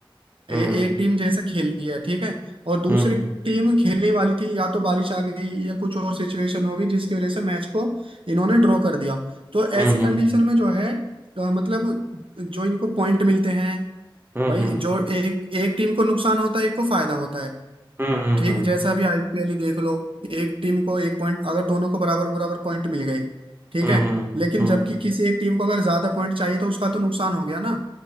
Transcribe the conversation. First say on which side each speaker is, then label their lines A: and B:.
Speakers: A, on the right (about 75°); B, on the right (about 25°).
A: ए,
B: हम्म
A: एक टीम जैसे खेल रही है ठीक है और दूसरी
B: हम्म
A: टीम खेलने वाली थी या तो बारिश आ गई या कुछ और सिचुएशन हो गई जिसकी वजह से मैच को इन्होंने ड्रॉ कर दिया तो
B: हम्म
A: ऐसी
B: हम्म हम्म
A: कंडीशन में जो है अ, मतलब जो इनको पॉइंट मिलते हैं
B: हम्म
A: भाई जो एक एक टीम को नुकसान होता है एक को फायदा होता है
B: हम्म हम्म
A: ठीक
B: हम्म
A: जैसे अभी आईपीएल ही देख लो एक टीम को एक पॉइंट अगर दोनों को बराबर बराबर पॉइंट मिल गए ठीक
B: हम्म
A: है
B: हम्म
A: लेकिन
B: हम्म
A: जबकि किसी एक टीम को अगर ज्यादा पॉइंट चाहिए तो उसका तो नुकसान हो गया ना